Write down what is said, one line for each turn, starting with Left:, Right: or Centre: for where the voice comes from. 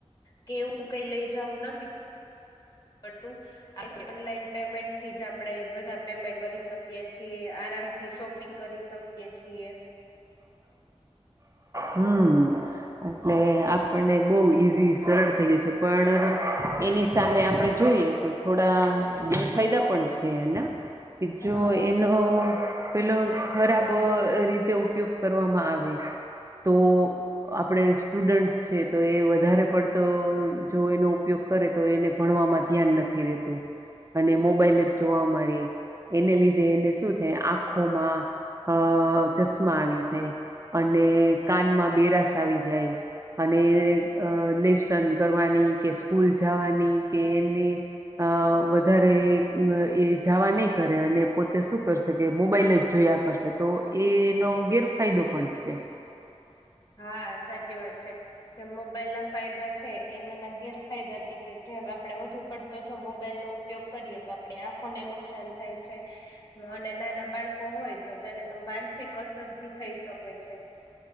Left: કે એવું કઈ લઈ જવું નથી પડતું આઇવા ઓનલાઈન પેમેન્ટ થી જ આપડે બધા પેમેન્ટ ભરી શકીએ છીએ આરામથી શોપિંગ કરી શકીએ છીએ,
Right: હમ એટલે આપણને બવ ઈઝી સરળ થઈ ગય છે. પણ એની સામે આપણે જોઈએ તો થોડા જે ફાયદા પણ છે એના કે જો
Left: હા
Right: એનો પેલો ખરાબ રીતે ઉપયોગ કરવામાં આવે. તો આપણે સ્ટુડન્ટ્સ છે તો એ વધારે પડતો જો એનો ઉપયોગ કરે તો એને ભણવામાં ધ્યાન નથી રેતું. અને મોબાઈલ જ જોવા રીએ એને લીધે એને શું થાય આંખોમાં અ ચશ્મા આવી જાય અને કાનમાં બેરાસ આવી જાય. અને અ લેસન કરવાની કે સ્કૂલ જાવાની કે એને વધારે એ એ જાવા નહીં કરે અને પોતે શું કરશે કે મોબાઈલ જ જોયા કરશે તો એનો ગેરફાયદો પણ છે.
Left: <inaudible> હા સાચી વાત છે જે મોબાઈલ ના ફાયદા છે એમના ગેરફાયદા બી છેે. જેમ આપડે વધુ પડતો જો મોબાઈલ નો ઉપયોગ કરીએ તો આપણી આંખોને નુકસાન થાય છે. અને નાના બાળકો હોય તો તેને તો માનસિક અસર ભી થઈ શકે છે.